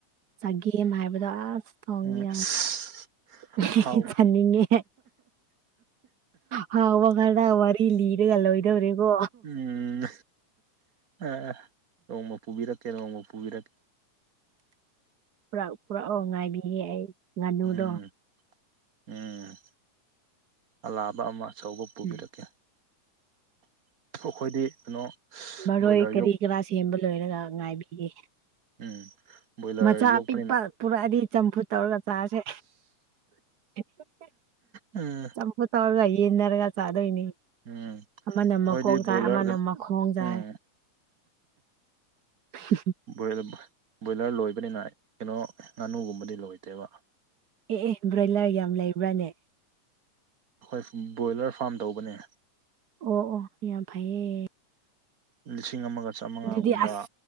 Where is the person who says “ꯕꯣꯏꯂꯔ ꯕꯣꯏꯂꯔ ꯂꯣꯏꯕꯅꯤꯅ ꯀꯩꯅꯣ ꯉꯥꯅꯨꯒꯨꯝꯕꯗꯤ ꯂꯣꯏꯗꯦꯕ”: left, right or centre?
Right